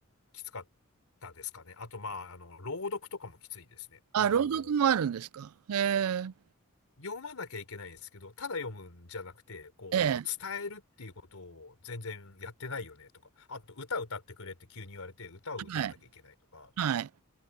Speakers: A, on the left; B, on the right.
A: きつかったですかね。あと、まあ、あの、朗読とかもきついですね。
B: あ、
A: あの、
B: 朗読もあるんですか？へえ。
A: 読まなきゃいけないんですけど、ただ読むんじゃなくて、こう、
B: ええ、
A: 伝えるっていうことを全然やってないよねとか、あと歌歌ってくれって急に言われて、歌を歌わなきゃいけないとか、
B: はい、はい、